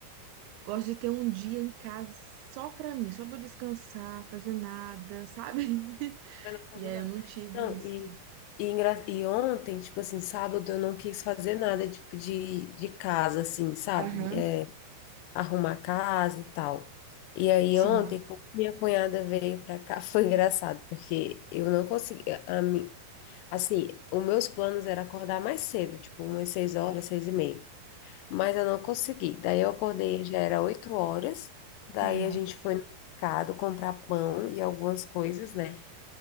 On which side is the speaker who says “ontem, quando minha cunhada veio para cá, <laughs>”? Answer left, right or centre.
Left